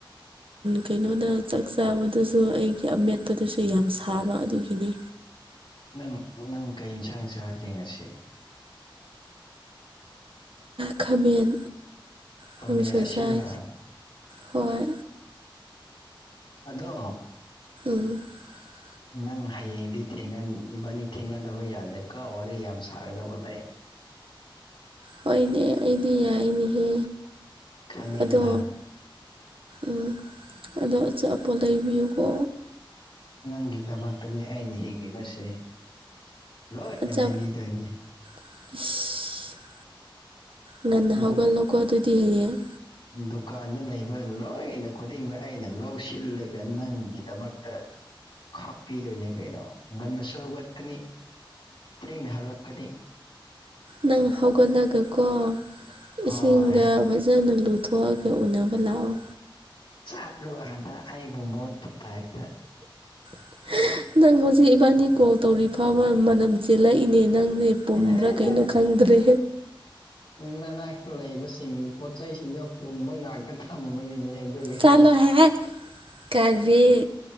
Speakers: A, on the right; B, on the left.
A: ꯀꯩꯅꯣꯗ ꯆꯥꯛ ꯆꯥꯕꯗꯨꯁꯨ ꯑꯩꯒꯤ ꯑꯃꯃꯦꯠꯄꯗꯨꯁꯨ ꯌꯥꯝ ꯁꯥꯕ ꯑꯗꯨꯒꯤꯅꯤ
B: ꯅꯪ ꯅꯪ ꯀꯩ ꯏꯟꯁꯥꯡ ꯆꯥꯒꯦ ꯉꯁꯤ
A: ꯈꯥꯃꯦꯟ
B: ꯈꯥꯃꯦꯟ
A: ꯄꯨꯨꯡꯁꯁꯥꯏ
B: ꯑꯁꯤꯟꯕ
A: ꯍꯣꯏ
B: ꯑꯗꯣ
A: <unintelligible>
B: ꯅꯪ ꯍꯌꯦꯡꯗꯤ ꯊꯦꯡꯅꯕꯅꯤ ꯊꯦꯡꯅꯗꯕ ꯌꯥꯗꯦꯀꯣ ꯋꯥꯔꯤ ꯌꯥꯝ ꯁꯥꯒꯗꯕ ꯂꯩ <inaudible>
A: ꯍꯣꯏꯅꯦ ꯑꯩꯗꯤ ꯌꯥꯏꯅꯦꯍꯦ
B: ꯈꯪꯉꯤꯗꯅ
A: ꯑꯗꯣ ꯎꯝ ꯑꯗ ꯆ ꯄꯣ ꯂꯩꯕꯤꯌꯨ ꯀ
B: ꯅꯪꯒꯤꯗꯃꯛꯇꯅꯤ ꯑꯩꯅ ꯍꯤꯡꯂꯤꯤꯕꯁꯦ ꯂꯣꯏ
A: ꯑꯆꯥ
B: ꯂꯩꯕꯤꯗꯣꯏꯅꯦ
A: <inaudible> ꯉꯟꯅ ꯍꯥꯎꯒꯠꯂꯣꯀꯣ
B: ꯗꯨ-
A: ꯑꯗꯨꯗꯤ ꯍꯌꯦꯡ
B: ꯗꯨꯀꯥꯟꯗ ꯂꯩꯕ ꯂꯣꯏꯅ ꯈꯨꯗꯤꯡꯃꯛ ꯑꯩꯅ ꯂꯧꯁꯤꯜꯂꯒ ꯅꯪꯒꯤꯗꯃꯛꯇ ꯈꯥꯛꯄꯤꯗꯣꯏꯅꯦ ꯀꯩꯅꯣ ꯉꯒꯟꯅꯁꯨ ꯍꯧꯒꯠꯀꯅꯤ ꯊꯦꯡꯅ ꯍꯜꯂꯛꯀꯅꯤ
A: ꯅꯪ ꯍꯧꯎꯒꯠꯂꯒꯀꯣ ꯏꯁꯤꯡꯒ
B: ꯍꯣꯏ
A: ꯐꯖꯅ ꯂꯨꯊꯣꯛ ꯑꯒ ꯎꯟꯅꯕ ꯂꯥꯛꯑꯣ꯫
B: ꯆꯠꯂꯨ ꯑꯗꯥ ꯑꯩꯕꯨ ꯃꯣꯠꯄ ꯇꯥꯏꯞꯇ꯫
A: <inaudible> ꯅꯪ ꯍꯧꯖꯤꯛ ꯏꯕꯥꯅꯤ ꯀꯣꯜ ꯇꯧꯔꯤ ꯐꯥꯎꯕ ꯃꯅꯝ ꯆꯦꯜꯂꯛꯏꯅꯦ꯫ ꯅꯪꯁꯦ ꯄꯨꯝꯕ꯭ꯔꯥ
B: ꯍꯦꯍꯦꯍꯦꯍꯥ
A: ꯀꯩꯅꯣ ꯈꯪꯗ꯭ꯔꯦ
B: <inaudible> ꯂꯩꯕꯁꯤꯡ ꯄꯣꯠ ꯆꯩꯁꯤꯡ ꯑ ꯄꯣꯕ ꯉꯥꯛꯇ ꯊꯝꯕꯒꯤꯅꯤ
A: ꯆꯥꯂꯣꯍꯦ
B: <inaudible>
A: ꯀꯔꯤ